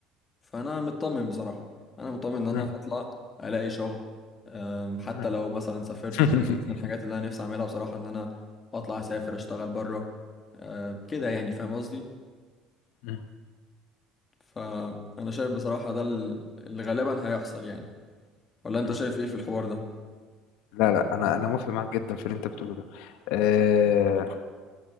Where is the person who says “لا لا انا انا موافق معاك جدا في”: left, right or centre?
Left